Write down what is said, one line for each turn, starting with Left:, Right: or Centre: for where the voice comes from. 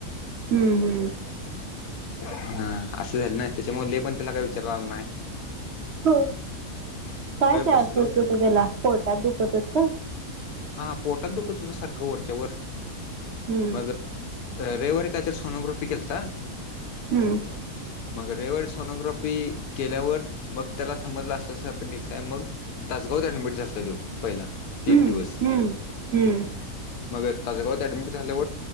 Right: हू हू,
Left: हा आसं झालं ना तेच्यामूळ लई पण त्याला काय विचाराय आला नाय.
Right: हा काय त्रास
Left: बसलो
Right: होत होता तेला? पोटात दुखत होत?
Left: हा पोटात दुखत हुत सारखं वरच्या वर
Right: हम्म
Left: मग अ रविवारी कायतर सोनोग्राफी केलता
Right: हम्म
Left: मग रायवारी सोनोग्राफी केल्यावर मग तेला समजलं आसं आसं अपेंडिक्स आहे मग तासगावात ऍडमिट झालत तो पहिला तीन
Right: हम्म
Left: दिवस.
Right: हम्म हम्म.
Left: मग ताजगावात ऍडमिट झाल्यावर